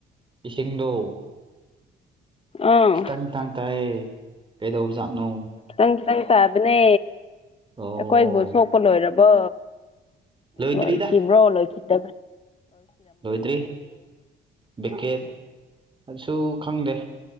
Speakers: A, on the right; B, on the left.
A: ꯏꯁꯤꯡꯗꯣ
B: ꯑꯪ
A: ꯈꯤꯇꯪ ꯈꯤꯇꯪ ꯇꯥꯏꯌꯦ ꯀꯩꯗꯧꯕ ꯖꯥꯠꯅꯣ
B: ꯈꯤꯇꯪ ꯈꯤꯇꯪ ꯇꯥꯕꯅꯦ
A: ꯑꯣ
B: ꯑꯩꯈꯣꯏꯕꯨ ꯁꯣꯛꯄ ꯂꯣꯏꯔꯕꯣ
A: ꯂꯣꯏꯗ꯭ꯔꯤꯗ
B: ꯂꯣꯏ ꯀꯕ꯭ꯔꯣ ꯂꯣꯏꯈꯤ ꯇ
A: ꯏꯇ꯭ꯔꯤ ꯕꯤꯀꯦꯠ ꯑꯗꯨꯁꯨ ꯈꯪꯗꯦ